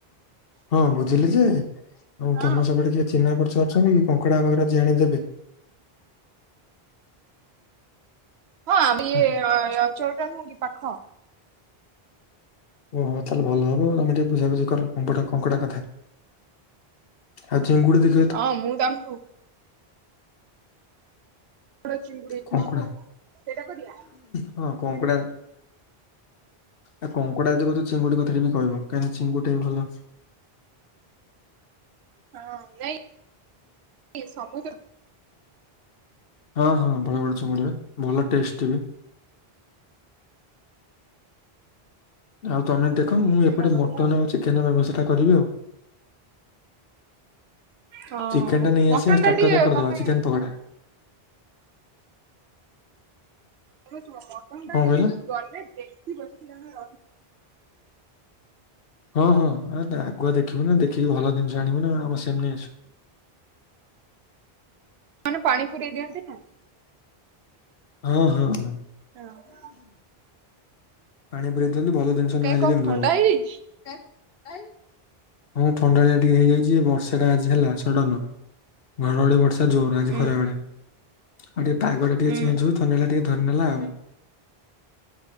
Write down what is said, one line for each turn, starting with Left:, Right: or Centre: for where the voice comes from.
Left: ହଁ ବୁଝିଲି ଯେ ଆଉ
Right: ହଁ
Left: ତମ ସେପଟେ କିିଏ ଚିନହା ପରିଚ ଅଛନ୍ତି କି କଙ୍କଡ଼ା ବାଗେରା ଯିଏ ଆଣି ଦେବେ।
Right: ହଁ ଆମ୍ ଇଏ
Left: ଆଁ,
Right: ଏ ଅଞ୍ଚଳଟା ନୁହଁ କି ପାଖ।
Left: ଓହୋ ତାହେଲେ ଭଲ ହବ ତମେ ଟିକେ ବୁଝାବୁଝି କର କଙ୍କଡା କଙ୍କଟା କଥା। ଆଉ ଚିଙ୍ଗୁଡି ଦିଇ
Right: ହଁ ମୁଁ ତାଙ୍କୁ ଡା ଚିଙ୍ଗୁଡି
Left: କଙ୍କଡା
Right: ସେଇଟା କରିବା?
Left: ହଁ କଙ୍କଡା ଆଉ କଙ୍କଡ଼ା ଯଦି କୋହୁଚ ଚିଙ୍ଗୁଡି କଥାଟା ବି କହିବ କାହିଁକିନା ଚିଙ୍ଗୁଡିଟା ବି ଭଲ।
Right: ହଁ ନାଇଁ ଇ ସବୁ
Left: ହଁ ହଁ ବଡ ବଡ ଚୁଙ୍ଗୁଡ ହୁଏ ଭଲ ଟେଷ୍ଟ ବି। ଆଉ ତମେ ଦେଖ ମୁଁ
Right: ସେଇଟା
Left: ଏପଟେ
Right: କରିବା
Left: ମଟନ ଆଉ ଚିକେନ ବ୍ୟବସ୍ଥାଟା କରିବି ଆଉ।
Right: ହଁ
Left: ଚିକେନଟା ନେଇ
Right: ମଟନ
Left: ଆସିବା ଷ୍ଟାଟରରେ
Right: ଟା ଟିକେ
Left: କରିଦବା
Right: ତମେ
Left: ଚିକେନ ପକଡା
Right: ହୁଁ <inaudible> ଶୁଣ ମଟନଟା
Left: କଣ
Right: ଟିକେ
Left: କହିଲ
Right: ଗଲେ ଦେଖିବ କିଛିଜଣ ରହିକି।
Left: ହଁ ହଁ ଆ ନା ଆଗୁଆ ଦେଖିବୁ ନା ଦେଖିକି ଭଲ ଜିନଷ ଆଣିବୁ ନା ଆଉ କଣ ସେମ ନେଇ ଆସୁ।
Right: ମାନେ ପାଣି ପୁରରେଇ ଦିଅନ୍ତି ନା
Left: ହଁ ହଁ ହଁ।
Right: ହଁ।
Left: ପାଣି ପରେଇ ଦିଅନ୍ତି ଭଲ ଜିନଷ ନ
Right: କାଇଁ
Left: ଆଇଁଲେ
Right: କଣ
Left: କେମିତି
Right: ଥଣ୍ଡା
Left: ହବ।
Right: ହେଇଯାଇଛି?
Left: ଏବଂ ଥଣ୍ଡାଟା ଟିକେ ହେଇଯାଉଚି ବର୍ଷାଟା ଆଜି ହେଲା ସଡନ ଘଡଘଡି ବର୍ଷା ଜୋରେ ଆଜି
Right: ହୁଁ
Left: ଖରା ବେଳେ ଆଉ ଟିକେ ପାଗଟା ଟିକେ
Right: ହୁଁ
Left: ଚେଞ୍ଚ୍ ହୋଉଚି ଥଣ୍ଡଟା ଟିକେ ଧରି ନେଲା ଆଉ।